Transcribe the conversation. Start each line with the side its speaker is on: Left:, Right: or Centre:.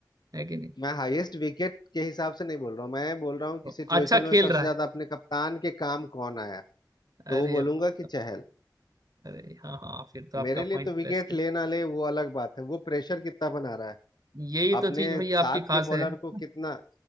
Right: है कि नहीं
Left: मैं हाईएस्ट विकेट के हिसाब से नहीं बोल रहा हूँ मैं बोल रहा हूँ कि
Right: तो
Left: सिचुएशन
Right: अच्छा
Left: में
Right: खेल
Left: सबसे
Right: रहा
Left: ज्यादा अपने कप्तान के काम कौन आया
Right: अरे
Left: तो वो बोलूंगा
Right: बाप
Left: कि चहल
Right: रे, अरे हाँ हाँ फिर तो आपका
Left: मेरे लिए
Right: पॉइंट
Left: तो विकेट
Right: बेस्ट है
Left: ले ना ले वो अलग बात है वो प्रेशर कितना बना रहा है
Right: यही
Left: अपने
Right: तो चीज भाई
Left: साथ
Right: आपकी खास
Left: के बॉलर
Right: है <laughs>
Left: को कितना